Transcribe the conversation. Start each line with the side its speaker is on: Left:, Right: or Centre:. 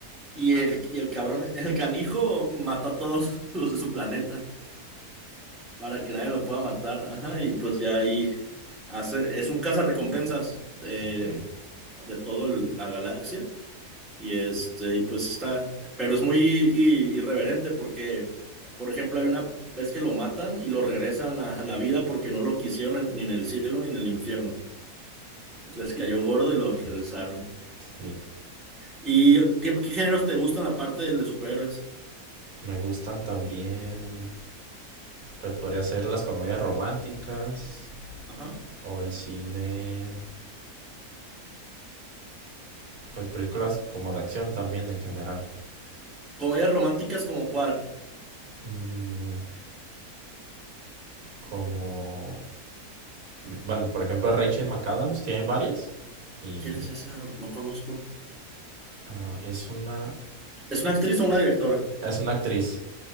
Centre: Y el, y el cabrón, el canijo mató a todos <laughs> los de su planeta. Para que nadie lo pueda matar. Ajá, y pues ya ahí hace, es un cazarrecompensas eh,
Right: ok.
Centre: de toda la galaxia. Y este, y pues está, pero es muy i- irreverente porque, por ejemplo, hay una vez que lo matan y lo regresan a la vida porque no lo quisieron en- ni en el cielo ni en el infierno. Les cayó gordo y los regresaron.
Right: Sí.
Centre: ¿Y qué, qué géneros te gustan aparte del de superhéroes?
Right: Me gustan también, pues podría ser las comedias románticas
Centre: Ajá.
Right: o el cine, pues películas como de acción también en general.
Centre: Comedias románticas como cuál?
Right: Mm, como, bueno, por ejemplo, Rachel McAdams tiene varias y
Centre: ¿Quién es esa? No, no conozco.
Right: ah, es una,
Centre: ¿Es una actriz o una directora?
Right: es una actriz.